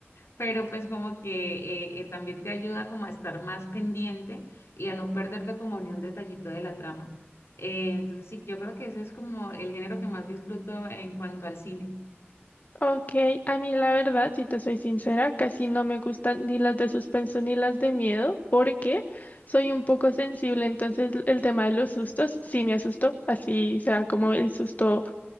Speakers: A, on the left (about 80°); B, on the left (about 40°).
A: pero pues como que eh, eh, también te ayuda como a estar más pendiente y a no perderte como ni un detallito de la trama. Eh, entonces sí, yo creo que ese es como el género que más disfruto en cuanto al cine.
B: Ok, a mí la verdad, si te soy sincera, casi no me gustan ni las de suspenso ni las de miedo, porque soy un poco sensible, entonces l- el tema de los sustos sí me asustó, así sea como el susto